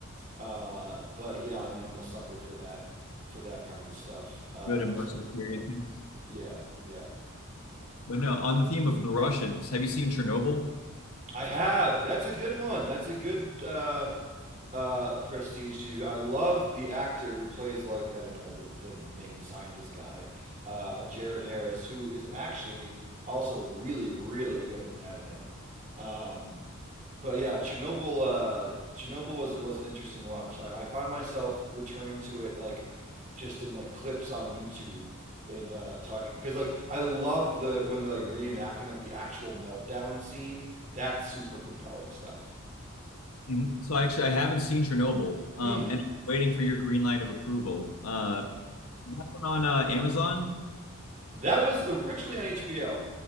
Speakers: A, on the right; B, on the left.
A: uh, but yeah, I mean, I'm a sucker for that, for that kind of stuff. Uh,
B: good immersive
A: sucker for
B: period
A: that.
B: things.
A: Yeah, yeah.
B: But no, on the theme of the Russians, have you seen Chernobyl?
A: I have. That's a good one. That's a good uh, uh, prestige TV. I love the actor who plays like I don't know the the main scientist guy, uh, Jared Harris, who is actually also really really good in Mad Men. Um, But yeah, Chernobyl. Uh, Chernobyl was was an interesting watch. I, I find myself returning to it like just in like clips on YouTube and uh, talking because like I love the when they're like reenacting like the actual meltdown scene. That's super compelling stuff.
B: Mhm. So actually, I haven't seen Chernobyl, um,
A: Hmm.
B: and I'm waiting for your green light of approval. Uh, that one on uh, Amazon?
A: That was originally on HBO.